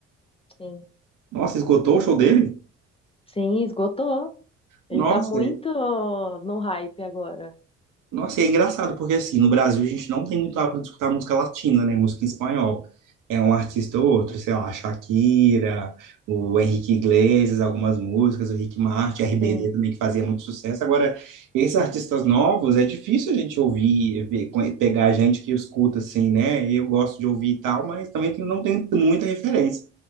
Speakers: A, on the left (about 15°); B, on the right (about 60°).
A: Sim.
B: Nossa, esgotou o show dele?
A: Sim, esgotou. Ele
B: Nossa,
A: tá muito no hype agora.
B: Nossa, e é engraçado, porque assim, no Brasil a gente não tem muito hábito de escutar música latina, né? Música em espanhol. É um artista ou outro, sei lá, Shakira, o Henrique Iglesias, algumas músicas, o Rick Martin, RBD
A: Sim.
B: também, que fazia muito sucesso. Agora, esses artistas novos, é difícil a gente ouvir, ver, co- pegar a gente que escuta assim, né? e Eu gosto de ouvir e tal, mas também tenho- não tem muita referência.